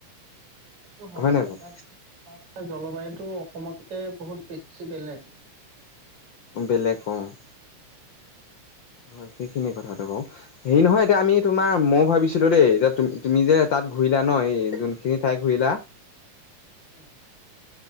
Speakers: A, on the right (about 60°); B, on the left (about 85°).
A: সেইটো হয়েই।
B: হয় নাই বাৰু
A: তাত, তাত জলবায়ু টো অসমতকে বহুত বেছি বেলেগ।
B: বেলেগ অহ '। হয় সেইখিনি কথাটো বাৰু। হেৰি নহয় আমি তোমাৰ মই ভাবিছো ছিলো দেই এতিয়াু তুমি যে তাত ঘূৰিলা ন এই জুনখিনি ঠাইত ঘূৰিল
A: উম।